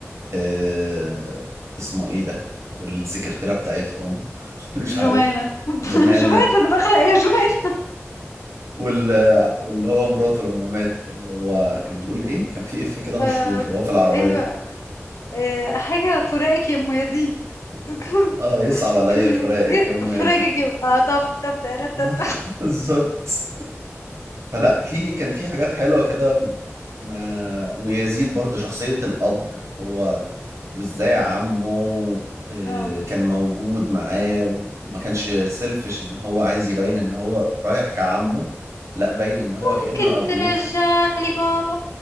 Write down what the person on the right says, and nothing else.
آه، اسمه ايه ده والسكرتيرة بتاعتهم <laughs> مش
عارف
جمانة
وال... واللي هو مراته لما ماتت اللي هو كان بيقول ايه كان في اف كده
مشهور وهو في العربية
اه يصعب عليا
فراقك
يا ام
يزيد
<laughs> بالظبط فلا في كان في حاجات حلوة كده و... ما ويزيد برضه شخصية الأب اللي هو وازاي عمه آه،
كان موجود معاه وما كانش سيلفش ان هو عايز يبين ان هو رايح كعمه لا باين ان هو
كأنه ابوه